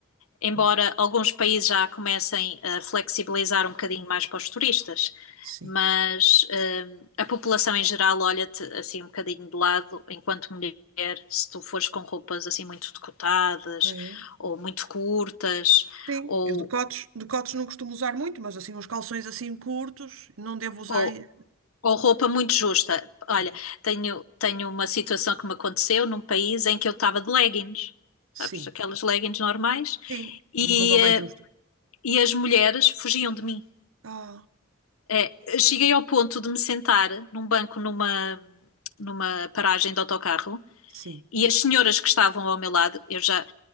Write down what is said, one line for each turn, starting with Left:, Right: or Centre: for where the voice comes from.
Left: embora
Right: Hum,
Left: alguns países já comecem a flexibilizar um bocadinho mais para os turistas,
Right: Sim.
Left: mas hum, a população em geral olha-te assim um bocadinho de lado enquanto mulher, se tu fores com roupas assim muito decotadas
Right: Ah, é?
Left: ou muito curtas
Right: Sim,
Left: ou,
Right: eu decotes, decotes não costumo usar muito, mas assim, uns calções assim curtos, não devo usar.
Left: ou,
Right: e-
Left: ou roupa muito justa. Olha,
Right: Ok.
Left: tenho, tenho uma situação que me aconteceu num país em que eu estava de leggings,
Right: Sim,
Left: sabes, aquelas leggings normais,
Right: sim,
Left: e,
Right: é uma roupa mais
Left: eh,
Right: justa.
Left: e as mulheres fugiam de mim.
Right: Ah,
Left: É, cheguei ao ponto de me sentar num banco numa, numa paragem de autocarro
Right: sim.
Left: e as senhoras que estavam ao meu lado, eu já.